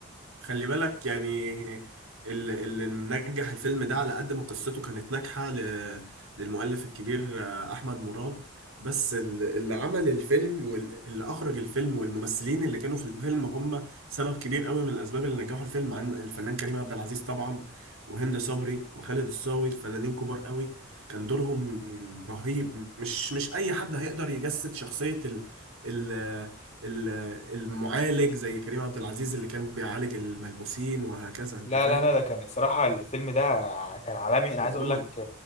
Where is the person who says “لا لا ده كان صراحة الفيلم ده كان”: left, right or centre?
Left